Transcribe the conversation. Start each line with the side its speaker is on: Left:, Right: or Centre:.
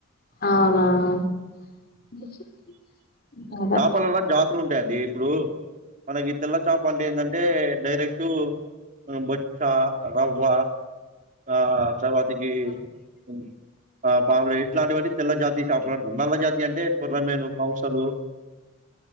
Left: అవునా <inaudible> అదే
Right: చెపలల్లా జాతులు ఉంటాయి అండీ ఇప్పుడు మనకి ఇ తెల్ల చాప అంటే ఏంటంటే డైరెక్ట్ బచ్చా రవ్వ ఆ తర్వాతికి ఉమ్ ఆ పాములే ఇట్లాంటివన్ని తెల్ల జాతి చేపలంటర్ నల్ల జాతి ఇ అంటే కొర్రమీను కంసులు